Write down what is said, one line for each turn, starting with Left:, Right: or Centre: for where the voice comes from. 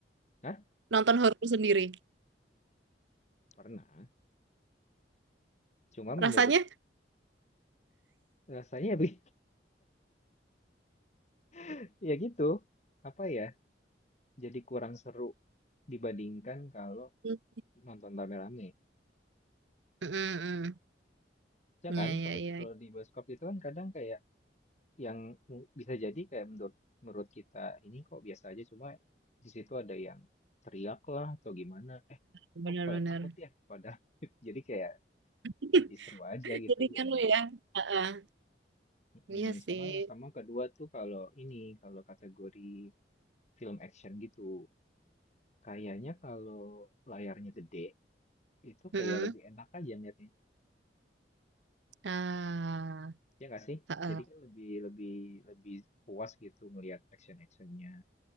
Left: Hah?
Right: nonton horor sendiri?
Left: Pernah. Cuma menurut
Right: Rasanya,
Left: rasanya bi- <laughs> ya gitu, apa ya, jadi kurang seru dibandingkan kalau
Right: mm,
Left: nonton rame-rame.
Right: mm, mm.
Left: Ya
Right: Ya,
Left: kan,
Right: ya,
Left: kalau
Right: ya,
Left: kalau di bioskop itu kan kadang kayak yang mu- bisa jadi kayak menurut menurut kita ini kok biasa aja, cuma di situ ada yang teriak lah atau gimana. Eh,
Right: benar-benar.
Left: kok pada takut ya? Pada <laughs> jadi kayak
Right: <laughs>
Left: jadi seru aja gitu
Right: Jadi
Left: bareng-bareng.
Right: kan lu ya, ah, Iya
Left: Mm,
Right: sih,
Left: sama sama kedua tuh kalau ini kalau kategori film action gitu. Kayaknya kalau layarnya gede itu
Right: Mm-mm.
Left: kayak lebih enak aja ngeliatnya.
Right: Ah,
Left: Ya nggak sih?
Right: ah, ah.
Left: Jadi kan lebih lebih lebih puas gitu ngelihat action-actionnya,